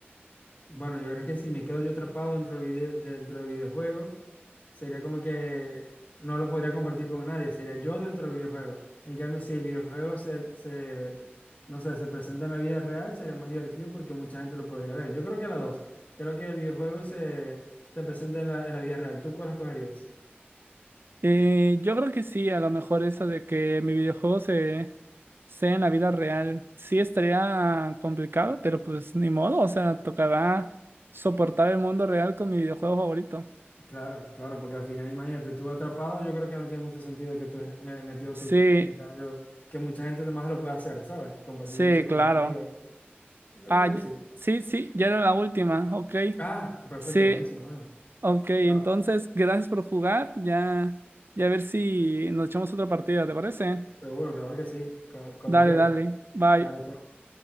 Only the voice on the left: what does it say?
bueno, yo creo que si me quedo yo atrapado dentro del vide- dentro del videojuego, sería como que no lo podría compartir con nadie, sería yo dentro del videojuego. En cambio, si el videojuego se, se, no sé, se presenta en la vida real, sería más divertido porque mucha gente lo podría ver. Yo creo que las dos. Creo que el videojuego se, se presenta en la, en la vida real. ¿Tú cuál escogerías?
Claro, claro, porque al final, imagínate, tú atrapado, yo creo que no tiene mucho sentido que tú es- me- metido
tú. En cambio, que mucha gente más lo puede hacer, ¿sabes? Compartir,
no sé, con
los amigos. Yo
creo que
sí.
Ah, perfecto,
buenísimo, bueno.
Ya,
seguro, claro que sí. cu- Cuando
quieras.
Dale, chao.